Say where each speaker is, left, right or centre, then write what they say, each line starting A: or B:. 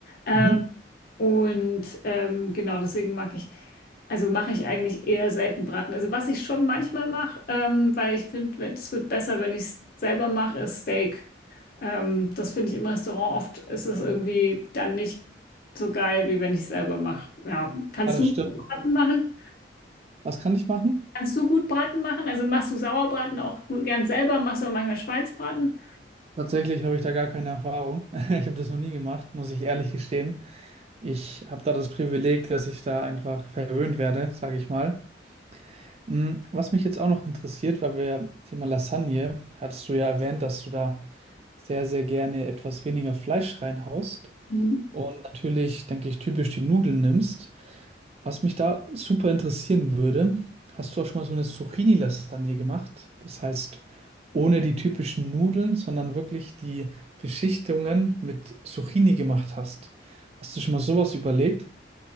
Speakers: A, on the left; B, on the right.
A: Äh,
B: Mhm.
A: und ähm, genau deswegen mag ich, also mache ich eigentlich eher selten Braten. Also was ich schon manchmal mache, ähm, weil ich finde, es wird besser, wenn ich es selber mache, ist Steak. Ähm, das finde ich im Restaurant oft, ist es irgendwie dann nicht so geil, wie wenn ich es selber mache. Ja, kannst
B: Ja, das
A: du
B: stimmt.
A: Braten machen?
B: Was kann ich machen?
A: Kannst du gut Braten machen? Also machst du Sauerbraten auch gut, gern selber? Machst du auch manchmal Schweinsbraten?
B: Tatsächlich habe ich da gar keine Erfahrung. <laughs> Ich habe das noch nie gemacht, muss ich ehrlich gestehen. Ich habe da das Privileg, dass ich da einfach verwöhnt werde, sage ich mal. Hm, Was mich jetzt auch noch interessiert, weil wir Thema Lasagne, hattest du ja erwähnt, dass du da sehr, sehr gerne etwas weniger Fleisch reinhaust
A: Mhm.
B: und natürlich, denke ich, typisch die Nudeln nimmst. Was mich da super interessieren würde, hast du auch schon mal so eine Zucchini-Lasagne gemacht? Das heißt, ohne die typischen Nudeln, sondern wirklich die Beschichtungen mit Zucchini gemacht hast. Hast du schon mal sowas überlegt?